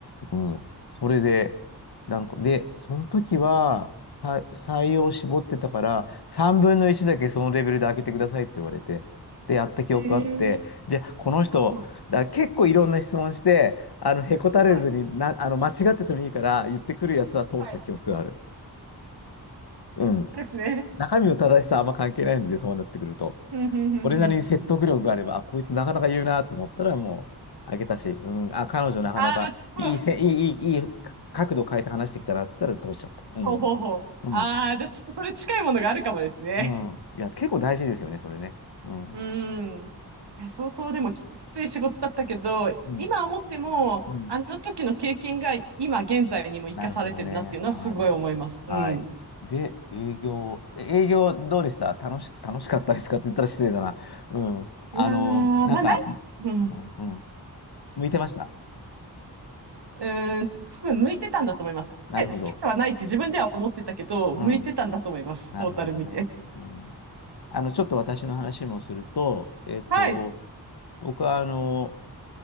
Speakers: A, on the left; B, on the right.
A: うん。それで、なんか、で、その時は、さ採用を絞ってたから、3分の1だけそのレベルで開けてくださいって言われて、
B: はい。
A: で、やった記憶あって、
B: はい、えー
A: じゃあ、この人、
B: はは
A: だ結構いろんな質問して、あの、へこたれずにな、
B: はい。
A: あの、間違っててもいいから、言ってくるやつは通した記憶がある。
B: はい
A: うん。
B: ですね。
A: 中身の正しさはあんま関係ないので、そうなってくると。
B: ふんふんふんふんふんふん。
A: 俺なりに説得力があれば、あ、こいつなかなか言うなと思ったらもう、あげたし、うん、あ、彼女なかなかいいせ、
B: ああ、ちょっと、
A: いい、いい、いいか角度変えて話してきたなって言ったら通しちゃった。うん、
B: ほうほうほう。
A: うん、
B: ああ、じゃあちょっとそれ近いものがあるかもですね。
A: うん。いや、結構大事ですよね、それね。うん、
B: うーん。いや、相当でもき、きつい仕事だったけど、
A: うん、
B: 今思っても、
A: うん。
B: あの時の経験が今現在にも生かされてるなっていうのはすごい思います。
A: なるほどね。ああ、でも、はい。
B: うん。
A: で、営業、え営業どうでした楽し、楽しかったですかって言ったら失礼だな。うん。あの、
B: いやー、
A: なんか、
B: まあ、何うん。
A: うん、うん。向いてました。
B: うーん、多分向いてたんだと思います。
A: なるほど。
B: え好きではないって自分では思ってたけど、
A: うん。
B: 向いてたんだと思います。
A: なるほどね。
B: トータル見て。
A: うん。あの、ちょっと私の話もすると、えっと、
B: はい。
A: 僕はあの、